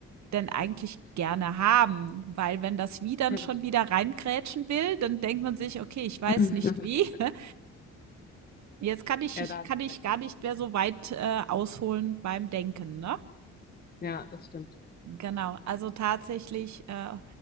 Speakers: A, on the right (about 65°); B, on the left (about 30°).
A: denn eigentlich gerne haben? Weil wenn das Wie dann
B: Ja,
A: schon
B: das stimmt.
A: wieder reingrätschen will, dann denkt man sich, okay, ich weiß
B: <laughs>
A: nicht wie. <laughs> Jetzt kann ich,
B: Ja,
A: ich-
B: da hast
A: kann ich
B: du recht.
A: gar nicht mehr so weit äh, ausholen beim Denken, ne?
B: Ja, das stimmt.
A: Genau, also tatsächlich äh,